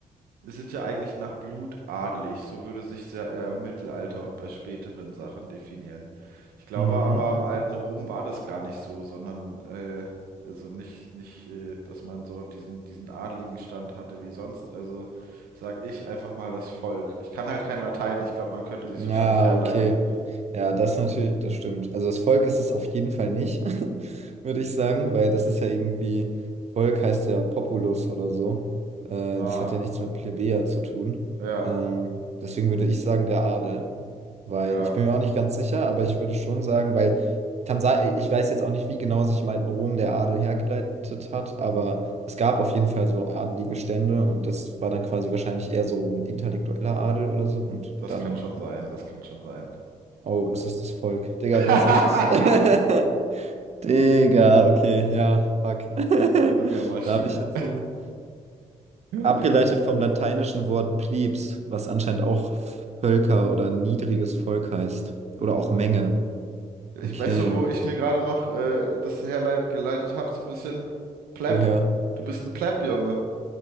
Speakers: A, on the right; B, on the right.
A: sind ja eigentlich nach Blut adelig. So würde sich ja eher im Mittelalter und bei späteren Sachen definieren. Ich glaube
B: Mhm.
A: aber im alten Rom war das gar nicht so, sondern äh, also nicht, nicht, äh, dass man so diesen, diesen adeligen Stand hatte wie sonst. Also sag ich einfach mal das Volk. Ich kann halt kein Latein, ich glaube, man könnte sich
B: Ja,
A: wahrscheinlich herleiten.
B: okay. Ja, das natürlich, das stimmt. Also das Volk ist es auf jeden Fall nicht, <laughs> würde ich sagen, weil das ist ja irgendwie, Volk heißt ja Populus oder so. Äh,
A: Ah,
B: das hat ja nichts mit Plebejer zu tun.
A: ja,
B: Ähm, deswegen würde ich sagen, der Adel. Weil
A: ja,
B: ich bin mir auch nicht ganz sicher, aber ich würde schon sagen, weil kann sein, ich weiß jetzt auch nicht, wie genau sich im alten Rom der Adel hergeleitet hat, aber es gab auf jeden Fall so adelige Stände und das war dann quasi wahrscheinlich eher so ein intellektueller Adel oder so und
A: das
B: dann
A: kann schon sein, das kann schon sein.
B: Oh, es ist das Volk. Digga,
A: <laughs>
B: du hast echt. <laughs> Digga, okay, ja, fuck. <laughs>
A: Junge Maschine.
B: Da habe ich jetzt hier.
A: <laughs>
B: Abgeleitet vom lateinischen Wort plebs, was anscheinend auch Völker oder niedriges Volk heißt. Oder auch Menge.
A: Ich
B: Okay.
A: weiß so, wo ich mir gerade noch äh, das herleit geleitet habe, so ein bisschen? Pleb.
B: Woher?
A: Du bist ein Pleb, Junge.